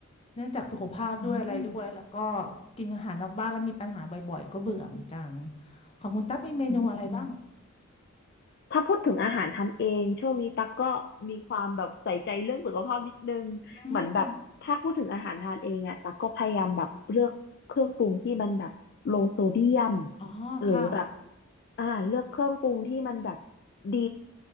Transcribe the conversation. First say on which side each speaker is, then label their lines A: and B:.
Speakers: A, on the left (about 25°); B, on the left (about 50°).
A: เนื่องจากสุขภาพด้วยอะไรด้วยแล้วก็
B: อืม
A: กินอาหารนอกบ้านแล้วมีปัญหาบ่อยๆก็เบื่อเหมือนกันของคุณตั๊กมีเมนูอะไรบ้าง
B: อืมถ้าพูดถึงอาหารทำเองช่วงนี้ตาก็มีความแบบใส่ใจเรื่องสุขภาพนิดนึงเหมือนแบบถ้าพูดถึงอาหารทานเองอะตาก็พยายามแบบเลือกเครื่องปรุงที่มันแบบโลโซเดียม
A: อืมอ๋อค่ะ
B: หรือแบบอ่าเลือกเครื่องปรุงที่มันแบบดี